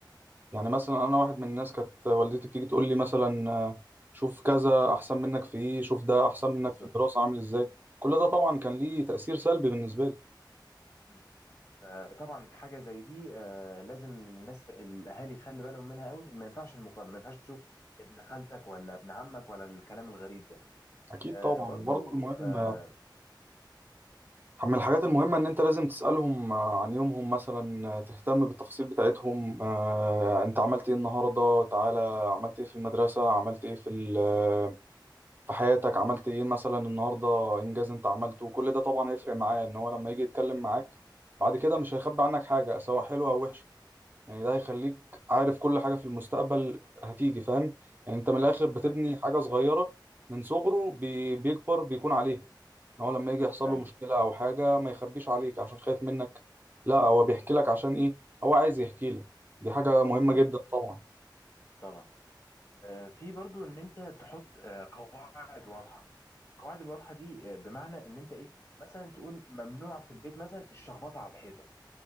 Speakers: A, on the right; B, on the left.
A: يعني مثلا انا واحد من الناس كانت والدتي بتيجي تقول لي مثلا آه، شوف كذا احسن منك في ايه شوف ده احسن منك
B: بالظبط
A: في الدراسه عامل ازاي كل ده طبعا كان ليه تاثير سلبي بالنسبه لي
B: مم. فطبعا حاجه زي دي آه، لازم الناس الاهالي يخلي بالهم منها قوي ما ينفعش المقارنه ما ينفعش تشوف ابن خالتك ولا ابن عمك ولا الكلام الغريب ده
A: اكيد
B: آه،
A: طبعا
B: مم. برضو
A: وبرضه المهم
B: آه،
A: آه، من الحاجات المهمه ان انت لازم تسالهم آه، عن يومهم مثلا آه، تهتم بالتفاصيل بتاعتهم آه، انت عملت ايه النهارده تعالى عملت ايه في المدرسه عملت ايه في ال- في حياتك عملت ايه مثلا النهارده انجاز انت عملته وكل ده طبعا هيفرق معاه ان هو لما يجي يتكلم معاك بعد كده مش هيخبي عنك حاجه سواء حلوه او وحشه يعني ده هيخليك عارف كل حاجه في المستقبل هتيجي فاهم يعني انت من الاخر بتبني
B: ايوه
A: حاجه صغيره من صغره بي بيكبر بيكون عليها ان هو لما يجي يحصل
B: ايوه
A: له مشكله او حاجه ما يخبيش عليك عشان خايف منك لا هو بيحكي لك عشان
B: بالظبط.
A: ايه هو عايز يحكي لك دي حاجه مهمه
B: ايوه
A: جدا طبعا
B: طبعا آه، في برضو ان انت تحط آه، قواعد واضحه القواعد الواضحه دي آه، بمعنى ان انت ايه مثلا تقول ممنوع في البيت مثلا الشخبطه على الحيطه